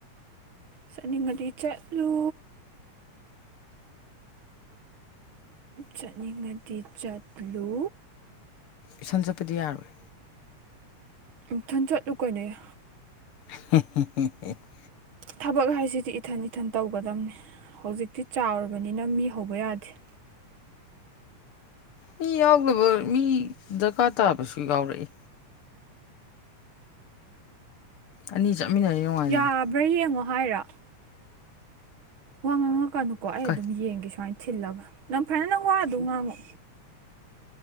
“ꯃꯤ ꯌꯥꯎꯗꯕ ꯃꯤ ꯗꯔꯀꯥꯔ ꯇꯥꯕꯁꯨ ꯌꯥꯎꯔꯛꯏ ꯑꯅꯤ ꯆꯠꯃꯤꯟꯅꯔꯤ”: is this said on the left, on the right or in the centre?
Left